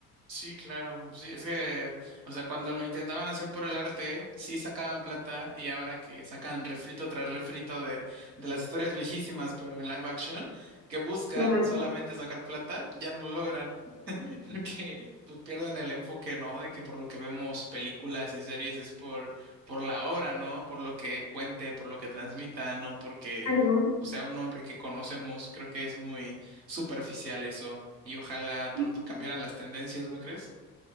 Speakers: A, on the right; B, on the left.
A: Sí, claro. Sí, es que, o sea, cuando lo intentaban hacer por el arte, sí sacaban plata y ahora que sacan refrito tras refrito de, de las historias viejísimas, pero en live action, que buscan
B: Claro.
A: solamente sacar plata, ya no lo logran. <laughs> Porque pues pierden el enfoque, ¿no? De que por lo que vemos películas y series es por, por la obra, ¿no? Por lo que cuente, por lo que transmita, no porque
B: Claro.
A: pues, sea un nombre que conocemos. Creo que es muy superficial eso y ojalá
B: Sí,
A: pronto cambiaran las tendencias, ¿no crees?